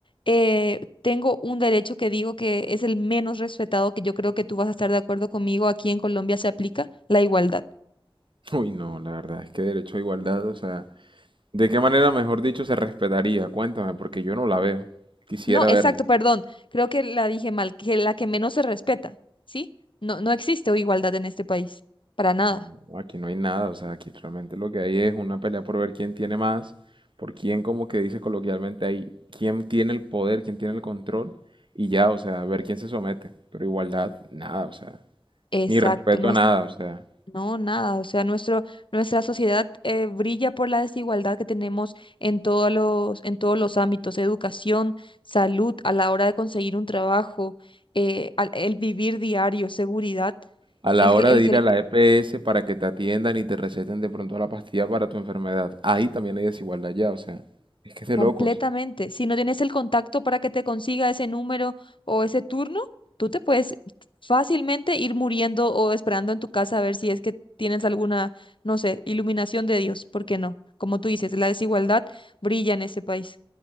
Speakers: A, on the left; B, on the right.
A: eh, tengo un derecho que digo que es el menos respetado, que yo creo que tú vas a estar de acuerdo conmigo, aquí en Colombia se aplica la igualdad.
B: <laughs> Uy, no, la verdad es que derecho a igualdad, o sea, ¿de qué manera, mejor dicho, se respetaría? Cuéntame, porque yo no la veo. Quisiera
A: No, exacto,
B: verla.
A: perdón, creo que la dije mal, que la que menos se respeta, ¿sí? No, no existe igualdad en este país, para nada.
B: No, aquí no hay nada, o sea, aquí realmente lo que hay es una pelea por ver quién tiene más, por quién, como que dice coloquialmente ahí, quién tiene el poder, quién tiene el control, y ya, o sea, ver quién se somete. Pero igualdad, nada, o sea,
A: Exacto,
B: ni respeto
A: no
B: a
A: es,
B: nada, o sea.
A: no, nada, o sea, nuestro, nuestra sociedad eh, brilla por la desigualdad que tenemos en todos los, en todos los ámbitos, educación, salud, a la hora de conseguir un trabajo, eh, al- el vivir diario, seguridad,
B: a la
A: el
B: hora
A: que, el,
B: de
A: que-
B: ir a la EPS para que te atiendan y te receten de pronto la pastilla para tu enfermedad. Ahí también hay desigualdad ya, o sea, es que es de
A: Completamente.
B: locos.
A: Si no tienes el contacto para que te consiga ese número o ese turno, tú te puedes fácilmente ir muriendo o esperando en tu casa a ver si es que tienes alguna, no sé, iluminación de Dios. ¿Por qué no? Como tú dices, la desigualdad brilla en este país.